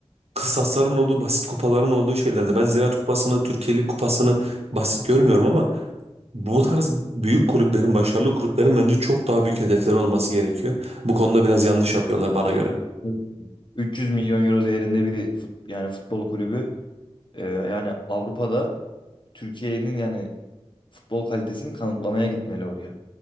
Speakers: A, on the right; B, on the left.
A: kıstasların olduğu, basit kupaların olduğu şeylerde. Ben Ziraat Kupası'nı, Türkiye Lig Kupası'nı basit görmüyorum ama bu tarz büyük kulüplerin, başarılı kulüplerin bence çok daha büyük hedefleri olması gerekiyor. Bu konuda biraz yanlış yapıyorlar bana göre.
B: Evet. 300 milyon euro değerinde bir fut, yani futbol kulübü e, yani Avrupa'da Türkiye'nin yani futbol kalitesini kanıtlamaya gitmeli oraya.